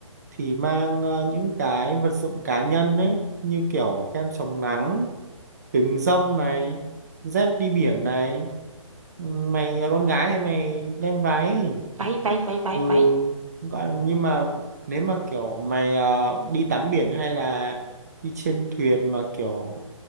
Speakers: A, on the right; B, on the right.
A: thì mang ờ, những cái vật dụng cá nhân ấy như kiểu kem chống nắng, kính râm này, dép đi biển này. Ừ, Mày là con gái thì mày đem váy
B: Váy, váy, váy, váy,
A: ừ
B: váy.
A: gọi- nhưng mà nếu mà kiểu mày ờ, đi tắm biển hay là đi trên thuyền mà kiểu